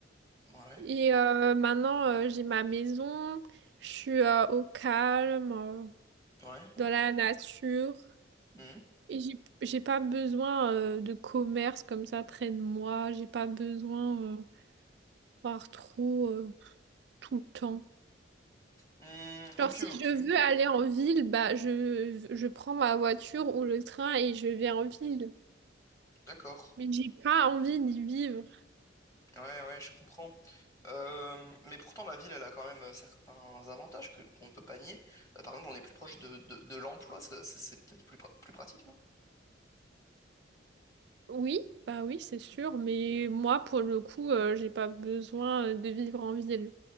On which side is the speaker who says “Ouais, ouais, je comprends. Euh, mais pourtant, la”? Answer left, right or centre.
Left